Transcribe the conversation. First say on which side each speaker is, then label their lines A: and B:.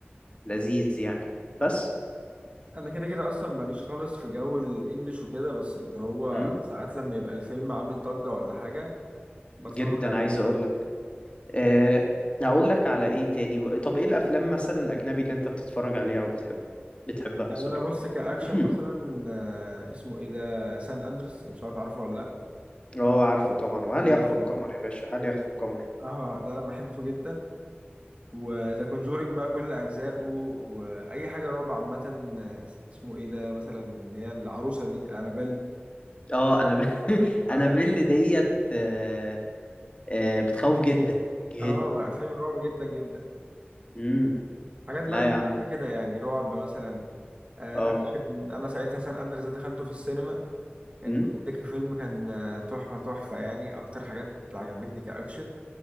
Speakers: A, on the left; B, on the right.
A: لذيذ يعني بس
B: انا كده كده اصلا ماليش خالص في جو الانجليش وكده بس اللي هو
A: مم.
B: ساعات لما يبقى الفيلم عامل ضجة ولا حاجة بتفرج
A: جدا
B: عليه
A: عايز اقول أه هقول لك على ايه تاني طب ايه الافلام مثلا الاجنبي اللي انت بتتفرج عليها وبتحب بتحبها
B: يعني
A: سوري
B: انا بص كاكشن
A: <clears throat>
B: مثلا آه، اسمه ايه ده سان اندرس لو مش عارف عارفه ولا
A: اه عارفه طبعا وهل
B: لا
A: يخفى القمر
B: ده
A: يا باشا هل يخفى القمر
B: اه ده انا بحبه جدا وذا كونجورينج بقى كل اجزائه واي حاجه رعب عامه آه، اسمه ايه ده مثلا اللي هي العروسه دي الانابيل
A: اه انا ب... <laughs>
B: اه
A: انا بيل ديت آه، آه، بتخوف جدا جدا
B: اه فيلم رعب جدا جدا
A: امم
B: حاجات
A: لا
B: بقى
A: يا عم
B: اللي كده يعني رعب مثلا آه،
A: اه
B: اكشن انا ساعتها سان اندريس ده دخلته في السينما كان
A: امم
B: مضحك فيلم كان آه، تحفه تحفه يعني اكتر حاجات اللي عجبتني كاكشن